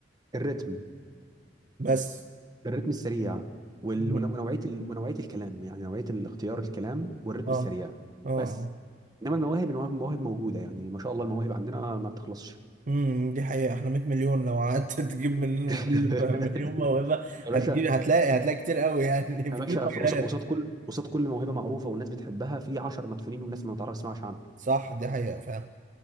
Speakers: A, on the right; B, on the right.
A: الريتم
B: بس
A: الريتم السريع وال-
B: اه
A: ون- ونوعيه ال... ونوعيه الكلام يعني نوعيه الاختيار الكلام والريتم
B: اه
A: السريع
B: اه
A: بس انما المواهب المواهب المواهب موجوده يعني ما شاء الله المواهب عندنا ما بتخلصش
B: امم دي حقيقه احنا 100 مليون لو قعدت <laughs> تجيب مننا
A: <laughs>
B: كل مليون موهبه
A: يا
B: هتجيب
A: باشا
B: هتلاقي هتلاقي كتير قوي يعني <laughs>
A: يا
B: في
A: باشا
B: كل المجالات
A: في- قص- قصاد كل قصاد كل موهبه معروفه والناس بتحبها في 10 مدفونين والناس ما تعرفش تسمعش عنهم
B: صح دي حقيقه فعلا